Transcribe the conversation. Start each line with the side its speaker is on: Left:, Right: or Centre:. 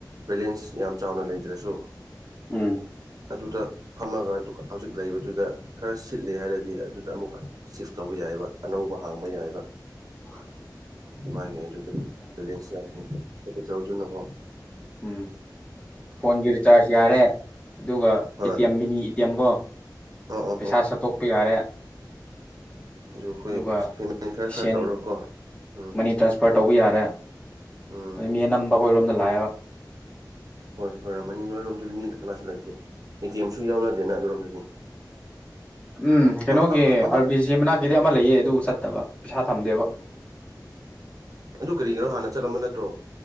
Right: ꯕꯦꯂꯦꯟꯁ ꯌꯥꯝ ꯆꯥꯎꯅ ꯂꯩꯇ꯭ꯔꯁꯨ
Left: ꯎꯝ
Right: ꯑꯗꯨꯗ ꯐꯝꯃꯒ ꯍꯧꯖꯤꯛ ꯂꯩꯕꯗꯨꯗ ꯈꯔ ꯁꯤꯠꯂꯦ ꯍꯥꯏꯔꯗꯤ ꯑꯗꯨꯗ ꯑꯃꯨꯛꯀ ꯁꯤꯐ ꯇꯧꯕ ꯌꯥꯏꯕ ꯑꯅꯧꯕ ꯍꯥꯡꯕ ꯌꯥꯏꯕ
Left: ꯍ
Right: ꯃꯥꯒꯤ ꯑꯗꯨꯗ ꯕꯦꯂꯦꯟꯁ ꯌꯥꯎ ꯀꯦꯄꯤꯇꯦꯜꯗꯨꯅꯀꯣ
Left: ꯎꯝ ꯐꯣꯟꯒꯤ ꯔꯤꯆꯥꯔꯖ ꯌꯥꯔꯦ ꯑꯗꯨꯒ
Right: ꯍꯣꯏ
Left: ꯑꯦ ꯇꯤ ꯑꯦꯝ ꯃꯤꯅꯤ ꯑꯦꯇꯤ ꯑꯦꯝꯒꯣ
Right: ꯑꯣ ꯑꯣ
Left: ꯄꯩꯁꯥ
Right: ꯍꯣ
Left: ꯁꯠꯇꯣꯛꯄ ꯌꯥꯔꯦ
Right: ꯑꯗꯨ ꯑꯩꯈꯣꯏ
Left: ꯑꯗꯨꯒ
Right: ꯑꯦꯛꯁꯄꯔꯤꯃꯦꯟ ꯈꯔ ꯈꯔ
Left: ꯁꯦꯟ
Right: ꯇꯧꯔꯒꯀꯣ ꯎꯝ
Left: ꯃꯅꯤ ꯇ꯭ꯔꯥꯟꯁꯐꯔꯠ ꯇꯧꯕ ꯌꯥꯔꯦ
Right: ꯎꯝ
Left: ꯑꯗ ꯃꯤ ꯑꯅꯝꯕ ꯑꯩꯈꯣꯏꯔꯣꯝꯗ ꯂꯥꯛꯑꯦꯕ
Right: ꯍꯣꯏ ꯑꯣꯏꯣꯏꯔꯝꯃꯅꯤ ꯅꯣꯏꯔꯣꯝꯗꯗꯤ ꯃꯤ ꯀꯅꯥꯁꯨ ꯂꯩꯇꯦ ꯑꯦ ꯇꯤ ꯑꯦꯝꯁꯨ ꯌꯥꯎꯅꯗꯦꯅ ꯑꯗꯨꯔꯣꯝꯗꯗꯤ
Left: ꯎꯝ ꯀꯩꯅꯅꯣ
Right: ꯑꯃ
Left: ꯀ
Right: ꯑꯃ
Left: ꯑꯕꯤ ꯃꯅꯥ ꯀ ꯑꯗꯨ ꯑꯃ ꯂꯩꯌꯦ ꯑꯗꯨ ꯆꯠꯇꯕ ꯄꯩꯁꯥ ꯊꯝꯗꯦꯕ
Right: ꯑꯗꯨ ꯀꯔꯤꯒꯤꯅꯣ ꯍꯥꯟꯅ ꯆꯠꯂꯝꯕ ꯅꯠꯇ꯭ꯔꯣ